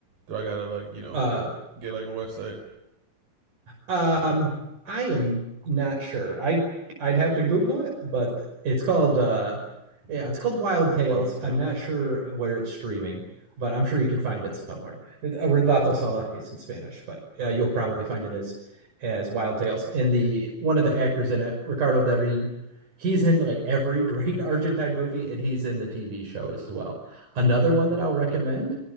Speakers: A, on the right; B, on the right.
A: do I gotta like you know
B: Uh,
A: get like a website?
B: Um, I am not sure. I I'd have to Google it, but it's called uh yeah, it's called Wild Tales.
A: Wild Tales.
B: I'm not sure where it's streaming, but I'm sure you can find it somewhere. It- uh, Relato Salvajes in Spanish, but uh,
A: All right.
B: you'll probably find it as as Wild Tales. And the one of the actors in it, Ricardo Darín, he's in like every great <laughs> Argentine movie, and he's in the TV show as well. Another one that I'll recommend